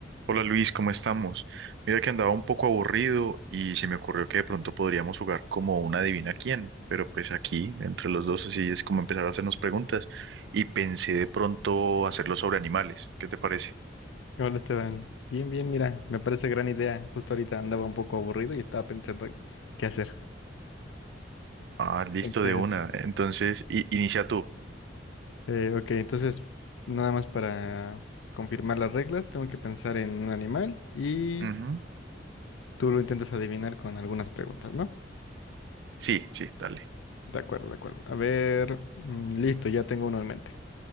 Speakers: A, on the right; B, on the left.
A: Hola Luis, ¿cómo estamos? Mira que andaba un poco aburrido y se me ocurrió que de pronto podríamos jugar como una adivina quién, pero pues aquí entre los dos así es como empezar a hacernos preguntas y pensé de pronto hacerlo sobre animales, ¿qué te parece?
B: Hola Esteban, bien, bien, mira, me parece gran idea. Justo ahorita andaba un poco aburrido y estaba pensando qué hacer.
A: Ah, listo
B: Entonces,
A: de una, entonces i- inicia tú.
B: eh, ok, entonces nada más para confirmar las reglas, tengo que pensar en un animal y
A: Ujú.
B: tú lo intentas adivinar con algunas preguntas, ¿no?
A: Sí, sí, dale.
B: De acuerdo, de acuerdo. A ver, mm, listo, ya tengo uno en mente.